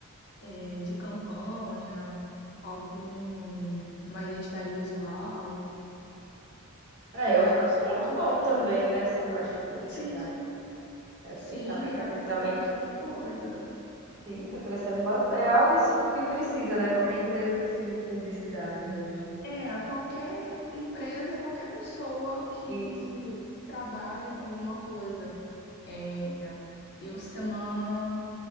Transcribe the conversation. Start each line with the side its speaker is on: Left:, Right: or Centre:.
Left: É, de campanha, algum uma identidade visual.
Right: é,
Left: Mas
Right: é um campo
Left: eu
Right: muito
Left: tô.
Right: bom também, né, essa parte de publicidade.
Left: Sim,
Right: É,
Left: sim,
Right: também, também,
Left: dá para fazer
Right: também,
Left: bastante coisa.
Right: sim, tá crescendo bastante. É algo tipo, que precisa, né? Qualquer empresa precisa de publicidade, né, hoje em
Left: É, a qualquer empresa e qualquer pessoa que
Right: dia. Isso.
Left: trabalhe com alguma coisa. É, eu semana,